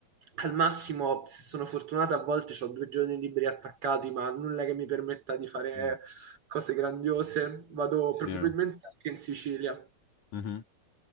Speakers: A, on the right; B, on the left.
A: al massimo se sono fortunata a volte ho due giorni liberi attaccati ma nulla che mi permetta di fare
B: mhm.
A: cose grandiose, vado
B: Sì.
A: probabilmente anche in Sicilia
B: Mhm,